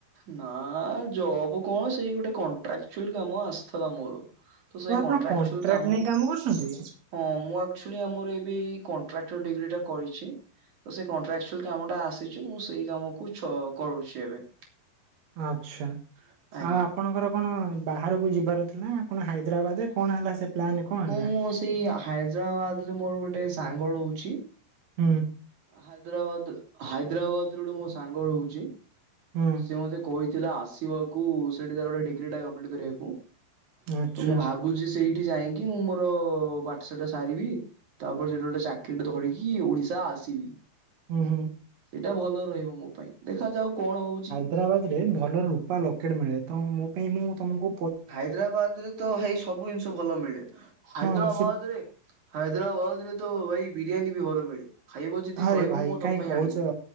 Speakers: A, on the right (about 45°); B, on the right (about 60°).
A: ନା ଜବ କଣ ସେଇ ଗୋଟେ କଣ୍ଟ୍ରାକ୍ଚୁଆଲ କାମ ଆସିଥିଲା ମୋର। ତ ସେଇ
B: ଓ ଆପଣ
A: କଣ୍ଟ୍ରାକ୍ଚୁଲ
B: କଣ୍ଟ୍ରାକ୍ଟ
A: କାମ
B: ନେଇ କରୁଛନ୍ତି
A: ହଁ ମୁଁ ଆ ଚୁଆଲି ଆମର ଏବେ କଣ୍ଟ୍ରାକ୍ଟର ଡିଗ୍ରୀଟା କରିଛି। ତ ସେ କଣ୍ଟ୍ରାକ୍ଚୁଆଲ କାମଟା ଆସିଛି ମୁଁ ସେଇ କାମ କୁ ଚ କରୁଛି ଏବେ।
B: ଆଛା
A: ଆଜ୍ଞା।
B: ଆଉ ଆପଣଙ୍କର କଣ ବାହାରକୁ ଯିବାର ଥିଲା କଣ ହାଇଦ୍ରାବାଦରେ କଣ ହେଲା ସେ ପ୍ଲାନ କଣ ହେଲା
A: ହଁ ମୁଁ ସେଇ ହାଇଦ୍ରାବାଦରେ ମୋର ଗୋଟେ ସାଙ୍ଗ ରହୁଛି।
B: ହୁଁ
A: ହାଇଦ୍ରାବାଦ ହାଇଦ୍ରାବାଦ ର ଗୋଟେ ମୋ ସାଙ୍ଗ ରହୁଛି
B: ହୁଁ
A: ସ ମତେ କହି ଥିଲା ଆସିବାକୁ ସେଇଠି ଗୋଟେ ଡିଗ୍ରୀ ଟା କଂପ୍ଲିଟ୍ କରିବାକୁ
B: ଆଚ୍ଛା
A: ତ ମୁଁ ଭାବୁଚି ବୁଚି ସେଇଠି ଯାଇକି ମୁଁ ମୋର ପାଠ ସାଟ ସାରିବି। ତାପରେ ସେଟି ଗୋଟେ ଚାକିରି ଟେ ଧରିକି ଓଡିଶା ଆସିବି।
B: ହୁଁ ହୁଁ
A: ଏଇଟା ଭଲ ରହିବ ମୋ ପାଇଁ ଦେଖାଯାଉ କଣ ହଉଛି।
B: ହାଇଦ୍ରାବାଦରେ ଭଲ ରୂପା ଲକେଟ୍ ମିଳେ ତ ମୋ ପାଇଁ ମୁଁ ତୁମକୁ
A: ହାଇଦ୍ରାବାଦ ରେ ତ ହେଇ ସବୁ ଜିନିଷ ଭଲ ମିଳେ ହାଇଦ୍ରାବାଦ
B: ହଁ ସେ
A: ରେ ହାଇଦ୍ରାବାଦ ରେ ତ ଭାଇ ବିରିୟାନୀ ବି ଭଲ ମିଳେ ଖାଇବ ଯଦି
B: ଆରେ
A: କହିବ
B: ଭାଇ
A: ମୁଁ
B: କାହିଁ
A: ତମ ପାଇଁ
B: କହୁଛ
A: ଆଣିବି।